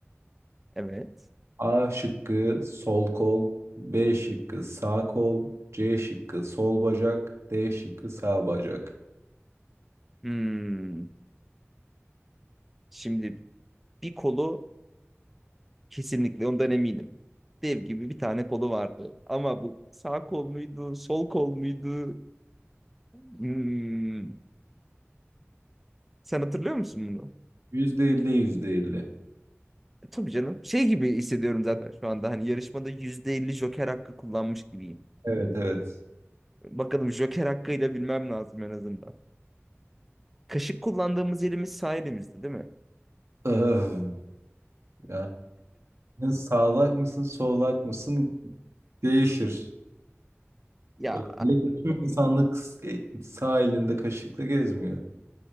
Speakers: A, in the centre; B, on the right.
A: Evet.
B: A şıkkı sol kol, B şıkkı sağ kol, C şıkkı sol bacak, D şıkkı sağ bacak.
A: Hmm. Şimdi bir kolu kesinlikle ondan eminim. Dev gibi bir tane kolu vardı. Ama bu sağ kol muydu, sol kol muydu? Hmm. Sen hatırlıyor musun bunu?
B: Yüzde elli, yüzde elli.
A: Tabii canım. Şey gibi hissediyorum zaten şu anda. Hani yarışmada %50 Joker hakkı kullanmış gibiyim.
B: Evet evet.
A: Bakalım Joker hakkıyla bilmem lazım en azından. Kaşık kullandığımız elimiz sağ elimizdi, değil mi?
B: Öf, yani sen sağlak mısın solak mısın değişir.
A: Ya
B: Özellikle tüm insanlık s- e, sağ elinde kaşıkla gezmiyor.